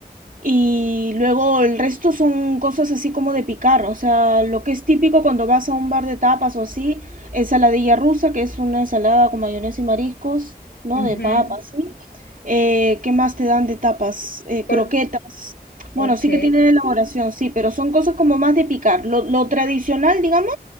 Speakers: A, on the right; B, on the left.
A: Y luego el resto son cosas así como de picar, o sea, lo que es típico cuando vas a un bar de tapas o así, ensaladilla rusa, que es una ensalada con mayonesa y mariscos, ¿no?
B: ujú,
A: De papas, ¿sí? Eh, ¿qué más te dan de tapas? Eh,
B: por-
A: croquetas. Bueno,
B: ok.
A: sí que tienen elaboración, sí, pero son cosas como más de picar. Lo, lo tradicional, digamos,